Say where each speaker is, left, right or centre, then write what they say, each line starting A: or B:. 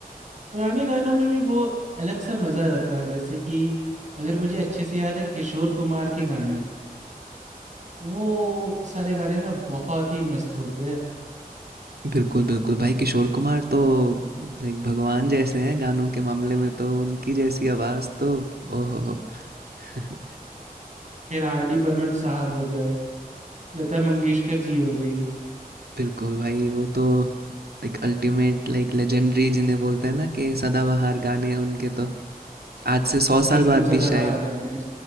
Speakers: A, on the right (about 50°); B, on the right (about 90°).
A: पुराने गानों में भी वो अलग सा मजा रहता है जैसे कि अगर मुझे अच्छे से याद है किशोर कुमार के गाने वो सारे गाने ना बहुत ही मस्त होते हैं
B: बिल्कुल बिल्कुल भाई किशोर कुमार तो लाइक भगवान जैसे हैं गानों के मामले में तो उनकी जैसी आवाज़ तो ओहो हो <laughs>
A: फिर आर डी बर्मन साहब हो गए लता मंगेशकर जी हो गई
B: बिल्कुल भाई वो तो लाइक अल्टीमेट लाइक लेजेंडरी जिन्हें बोलते हैं ना कि सदाबहार गाने उनके तो आज से सौ साल
A: एकदम
B: बाद
A: सदाबहार
B: भी शायद
A: गाने